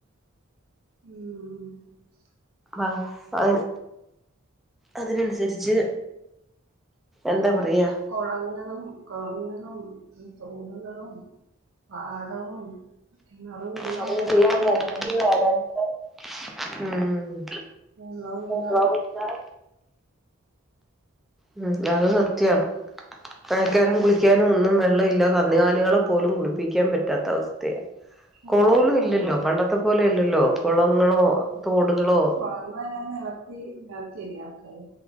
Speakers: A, on the right; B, in the centre.
A: <inaudible>
B: ആ അ അതിനനുസരിച്ച് എന്താ പറയാ
A: കൊളങ്ങളും കൊളങ്ങളും തോട്കളും, പാടവും. കിണറും ഇല്ല
B: നദികളെല്ലാം
A: വറ്റി
B: വറ്റി
A: വരണ്ട്
B: വരണ്ട് ഇം
A: വെള്ളവും ഇല്ല
B: <inaudible> ഉം അത് സത്യാണ് നനയ്ക്കാനും കുളിക്കാനും ഒന്നും വെള്ളവില്ല കന്നുകാലികളെ പോലും കുളിപ്പിക്കാൻ പറ്റാത്ത അവസ്ഥയാ കൊളോന്നും
A: അതെ
B: ഇല്ലല്ലോ പണ്ടത്തെ പോലെയല്ലല്ലോ കുളങ്ങളോ തോടുകളോ
A: കുളങ്ങളെല്ലാം നികത്തി നികത്തിയില്ലേ ആൾക്കാര്